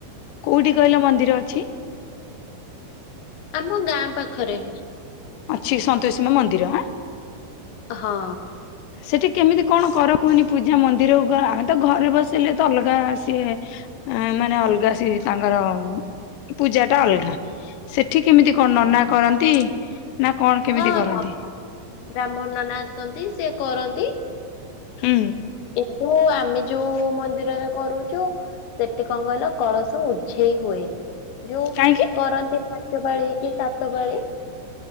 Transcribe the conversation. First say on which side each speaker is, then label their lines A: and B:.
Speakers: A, on the left (about 80°); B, on the left (about 70°).
A: କୋଉଠି କହିଲ ମନ୍ଦିର ଅଛି?
B: ଆମ ଗାଁ ପାଖରେ।
A: ଅଛି ସନ୍ତୋଷୀମା ମନ୍ଦିର ହଁ।
B: ହଁ।
A: ସେଠି କେମିତି କଣ କର କୁହନି ପୂଜା। ମନ୍ଦିରକୁ ଆମେ ତ ଘରେ ବସେଇଲେ ତ ଅଲଗା ସିଏ। ଏଁ ମାନେ ଅଲଗା ସେ ତାଙ୍କର ପୂଜା ଟା ଅଲଗା। ସେଠି କିମିତି କଣ ନନା
B: ହଉ।
A: କରନ୍ତି ନା କଣ କେମିତି
B: ହଁ
A: କରନ୍ତି?
B: ହଁ ବ୍ରାହ୍ମଣ ନନା ଆସନ୍ତି ସେ କରନ୍
A: ହୁଁ।
B: ଓ ଆମେ ଯୋଉ ମନ୍ଦିରରେ କରୁଚୁ ସେଠି କଣ କହିଲ କଳସୁ ଉଝେଇ ହୁଏନି। ଯୋଉ
A: କାହିଁକି
B: କରନ୍ତି ପାଞ୍ଚ ପାଳି କି ସାତ ପାଳି।